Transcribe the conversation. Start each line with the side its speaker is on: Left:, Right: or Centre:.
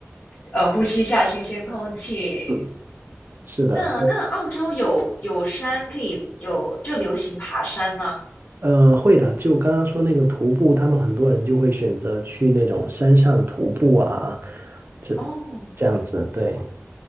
Left: 呃呼吸一下新鲜空气。
Right: 嗯，是的。
Left: 那那澳洲有有山可以有就流行爬山吗？
Right: 呃，会的。就刚刚说那个徒步，他们很多人就会选择去那种山上徒步啊，这
Left: 哦
Right: 这样子。对，